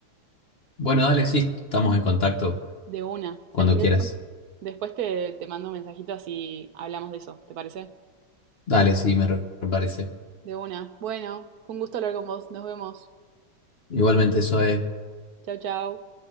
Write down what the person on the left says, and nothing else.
Bueno, dale, sí, estamos en contacto
cuando
quieras.
Dale, sí, me re- me parece.
Igualmente, eso es.